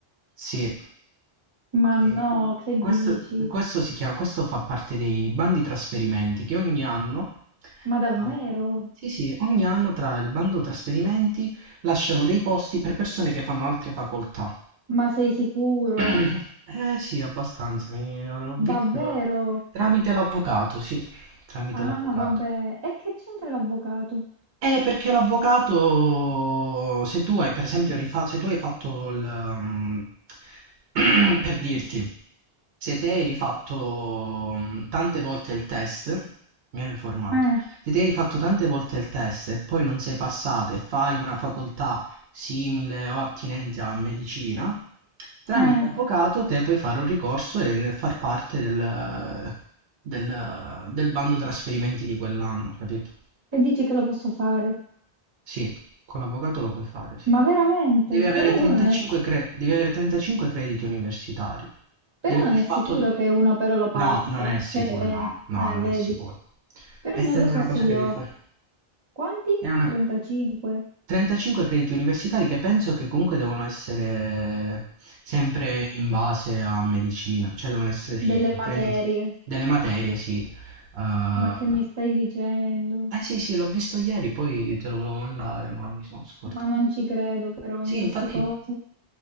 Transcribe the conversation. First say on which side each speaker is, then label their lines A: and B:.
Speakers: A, on the right (about 75°); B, on the right (about 30°).
A: Sì,
B: ma
A: E
B: no,
A: que-
B: che dici?
A: questo, questo si chiama, questo fa parte dei bandi trasferimenti che ogni anno,
B: Ma davvero?
A: eh, sì, sì, ogni anno tra il bando trasferimenti lasciano dei posti per persone che fanno altre facoltà.
B: Ma sei sicuro?
A: <clears throat> Eh sì, abbastanza, mi- l'ho visto
B: Davvero?
A: tramite l'avvocato, sì, tramite
B: Ah,
A: l'avvocato.
B: vabbè. E che c'entra l'avvocato?
A: Eh, perché l'avvocato, se tu hai per esempio rifatto, se tu hai fatto il, um, <clears throat> per dirti, se te hai rifatto um, tante volte il test, mi ero informato,
B: Eh.
A: se te hai rifatto tante volte il test e poi non sei passato e fai una facoltà simile o attinente alla medicina, tramite
B: Eh,
A: avvocato te puoi fare un ricorso e far parte del, del, del bando trasferimenti di quell'anno, capito?
B: e dici che lo posso fare?
A: Sì, con l'avvocato lo puoi fare, sì.
B: Ma veramente?
A: Devi avere
B: Però
A: 35,
B: uno non è,
A: cre- devi avere 35 crediti universitari.
B: però
A: Devi
B: non
A: aver
B: è sicuro
A: fatto di...
B: che uno però lo passa.
A: No, non è sicuro,
B: Cioè, eh,
A: no, no,
B: eh,
A: non
B: vedi.
A: è sicuro.
B: Però
A: È
B: io
A: sempre
B: non lo so
A: una
B: se
A: cosa
B: li
A: che devi
B: ho.
A: fare.
B: Quanti?
A: È una...
B: 35
A: 35 crediti universitari che penso che comunque devono essere sempre in base a medicina, cioè devono essere dei
B: delle materie.
A: crediti, delle materie, sì. eh
B: Ma che mi stai dicendo?
A: eh sì, sì, l'ho visto ieri, poi te lo volevo mandare, ma mi sono scordato.
B: Ma non ci credo però
A: Sì,
B: in queste
A: infatti
B: cose.